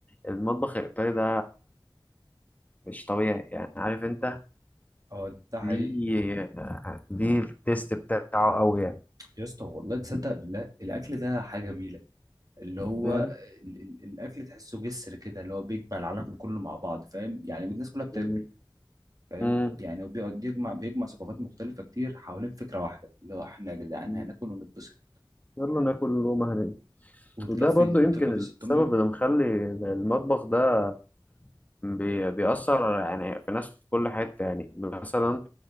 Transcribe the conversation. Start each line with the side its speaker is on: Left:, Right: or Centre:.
Left: المطبخ الايطالي ده مش طبيعي يعني عارف انت
Right: اه ده حقيقي
Left: ليه آه، ليه التيست بتاعه قوي يعني
Right: يا اسطى والله تصدق بالله الاكل ده حاجه جميله اللي هو
Left: مم.
Right: ال ال الاكل تحسه جسر كده اللي هو بيجمع العالم كله مع بعض فاهم يعني الناس كلها بتاكل
Left: مم.
Right: فاهم
Left: مم.
Right: يعني وبيقعد يجمع بيجمع ثقافات مختلفة كتير حوالين فكرة واحدة اللي هو احنا يا جدعان
Left: مم.
Right: هناكل ونتبسط
Left: يلا ناكل اللقمة هنا
Right: وتكفي
Left: وده برضو يمكن
Right: تكفي
Left: السبب
Right: 600
Left: اللي مخلي المطبخ ده بي- بيأثر يعني في ناس في كل حتة يعني مثلا